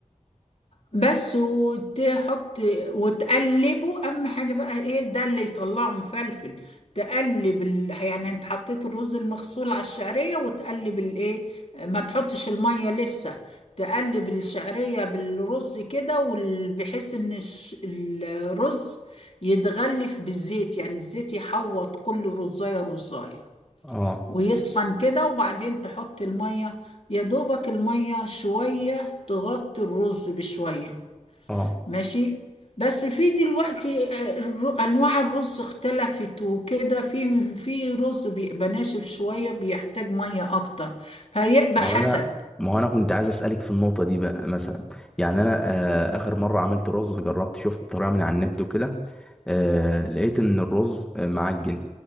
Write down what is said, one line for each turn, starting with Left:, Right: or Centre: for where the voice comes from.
Left: بس وتحط وتقلبه اهم حاجه بقى ايه ده اللي يطلعه مفلفل تقلب ال... يعني انت حطيت الرز المغسول على الشعريه وتقلب الايه ما تحطش الميه لسه تقلب الشعريه بالرز كده وال- بحيث ان الش- الرز يتغلف بالزيت يعني الزيت يحوط كل رزايه رزايه
Centre: اه
Left: ويسخن كده وبعدين تحط الميه يا دوبك الميه شويه تغطي الرز بشويه
Centre: اه
Left: ماشي بس في دلوقتي آه، الر- انواع الرز اختلفت وكده في في رز بيبقى ناشف شويه بيحتاج ميه اكتر فيبقى
Centre: ما
Left: حسب
Centre: هو انا ما هو انا كنت عايز اسالك في النقطه دي بقى مثلا يعني انا آه اخر مره عملت رز جربت شفت طريقه من على النت وكده آه لقيت ان الرز آه، معجن